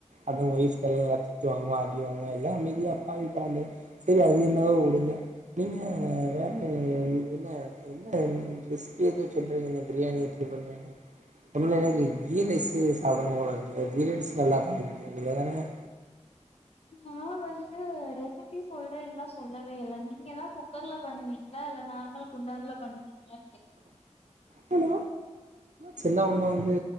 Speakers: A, on the right; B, on the left.
A: அதா ஒய்ஃப்ம் எல்லா திட்டு வாங்குவோ அடிவாங்கு எல்லா அமைதி அப்பாவி கொழந்த சரி அது என்னாவோ வுடுங்க நீங்க வேற என்னா என்னா ரெசிபி ஏதோ சொல்றிங்க பிரியாணி எப்படி பண்ண உல்ல எனக்கு கீரைஸ்சு சாப்படணு போலா இருக்கு கீரைஸ்சு நல்லா பண்ண <unintelligible>
B: நான் வந்து ரெசிபி சொல்றேன்னெல்லா சொல்லவே இல்ல நீங்கதா குக்கர்ல பண்ணுவீங்களா இல்ல நார்மல் குண்டான்ல பண்ணுவீங்களா
A: ஹலோ செல்லவங்க வந்து